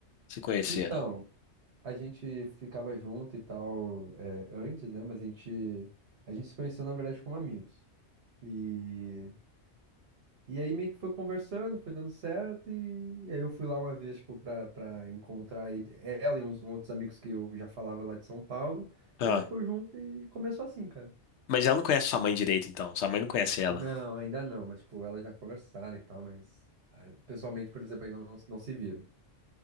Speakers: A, on the left (about 75°); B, on the right (about 60°).
A: se conheceram?
B: Então, a gente ficava junto e tal, é, antes, né? Mas a gente, a gente se conheceu, na verdade, como amigos. E, e aí meio que foi conversando, foi dando certo, e, e aí eu fui lá uma vez, tipo, pra, pra encontrar ele, ela e uns outros amigos que eu já falava lá de São Paulo.
A: Ah,
B: A gente ficou junto e começou assim, cara.
A: mas ela não conhece sua mãe direito, então. Sua mãe não conhece ela.
B: Não, ainda não, mas, tipo, elas já conversaram e tal, mas ah, pessoalmente, por exemplo, ainda não, não se viram.